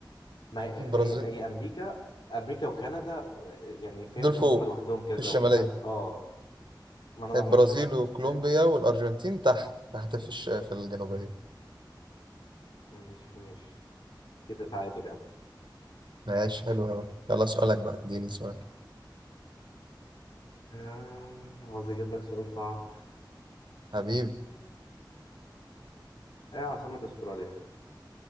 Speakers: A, on the left; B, on the right.
A: ما هي
B: البرازيل
A: هي, هي امريكا امريكا وكندا و- يعني فاهم
B: دول فوق
A: هم لوحدهم كده
B: في الشمالية
A: ومش عارف اه ما انا ما
B: البرازيل
A: اعرفش بقى
B: وكولومبيا
A: فاهم
B: والأرجنتين تحت تحت في الش... في الجنوبية
A: ماشي ماشي كده تعادل يعني
B: ماشي حلو أوي يلا سؤالك بقى اديني سؤال
A: آه عاوز اجيب لك سؤال صعب
B: حبيبي
A: ايه عاصمة استراليا